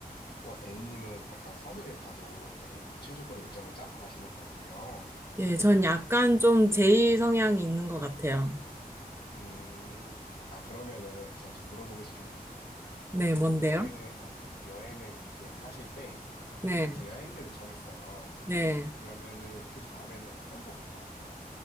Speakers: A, on the left; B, on the right.
A: 와, A님은 약간 3일을 가도 되게 구체적으로 일정을 짜서 가시는 것 같아요.
B: 예, 전 약간 좀 제이 성향이 있는 것 같아요.
A: 음, 아, 그러면은 저 좀 물어보고 싶은 거 있어요.
B: 네, 뭔데요?
A: 여행을, 아니, 여행을 이렇게 계획하실 때,
B: 네,
A: 딱 이제 여행지를 정했어요.
B: 네.
A: 그러면은 그 다음에는 어떤 거부터 하세요?